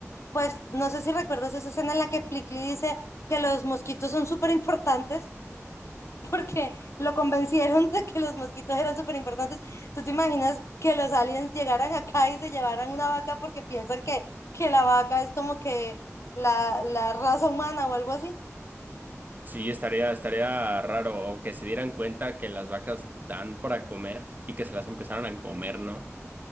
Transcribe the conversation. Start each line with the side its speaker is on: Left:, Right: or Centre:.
Left: pues no sé si recuerdas esa escena en la que Plickly dice que los mosquitos son súper importantes, <laughs> porque lo convencieron de que los mosquitos eran súper importantes. ¿Tú te imaginas que los aliens llegaran acá y se llevaran una vaca porque piensan que, que la vaca es como que la, la raza humana o algo así?
Right: Sí, estaría, estaría raro o que se dieran cuenta que las vacas dan para comer y que se las empezaron a comer, ¿no?